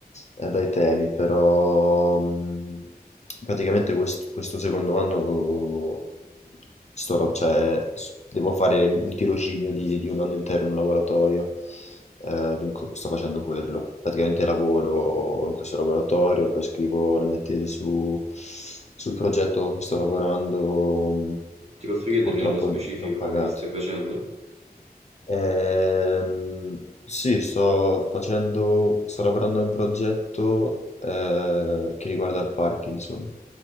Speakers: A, on the left (about 45°); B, on the right (about 40°).
A: eh, dai temi, però mm, praticamente quest- questo secondo anno sto lav- cioè, s- devo fare un tirocinio di, di un anno intero in un laboratorio, eh, dunque sto facendo quello. Praticamente lavoro in questo laboratorio, poi scrivo la mia tesi su- sul progetto a cui sto lavorando. mm,
B: ti posso chiedere
A: purtroppo
B: nello specifico
A: non pagato.
B: che stai facendo?
A: Ehm, sì, sto facendo, sto lavorando a un progetto eh, che riguarda il Parkinson.